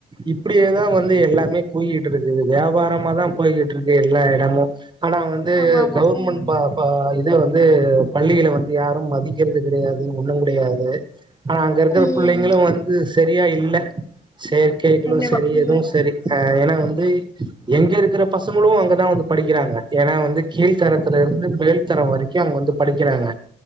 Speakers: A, on the right; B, on the left.
A: இப்படியேதான் வந்து எல்லாமே போயிட்டு இருக்குது வியாபாரமா தான் போயிட்டு இருக்கு எல்லா இடமும் ஆனா
B: ஆமா ஆமா
A: கவர்மெண்ட்
B: ம்
A: இது வந்து பள்ளிகள வந்து யாரும் மதிக்கிறது கிடையாது ஒண்ணும் கிடையாது ஆனா அங்க இருக்கற
B: ம்
A: பிள்ளைங்களும் வந்து சரியா இல் இல்ல செயற்கைகளும்
B: கண்டிப்பா
A: சரி
B: ம்
A: எதுவும் சரி ஆஹ் ஏன்னா வந்து எங்க இருக்கிற பசங்களும் அங்கதான் வந்து படிக்கிறாங்க ஏன்னா வந்து கீழ்த்தரத்துல இருந்து மேல்தரம் வரைக்கும் அவங்க வந்து படிக்கிறாங்க